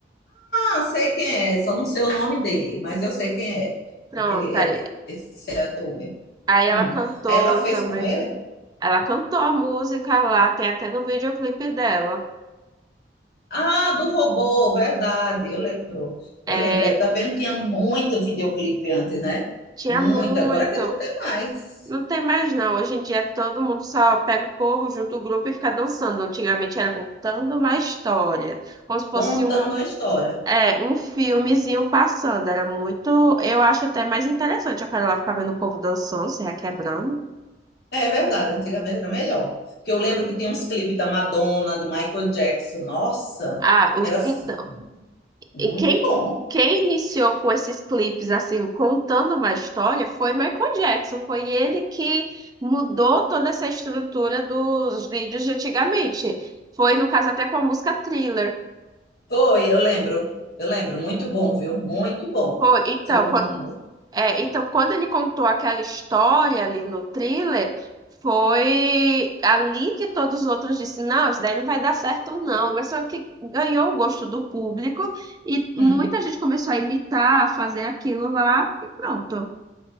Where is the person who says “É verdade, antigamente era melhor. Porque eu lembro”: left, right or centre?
Left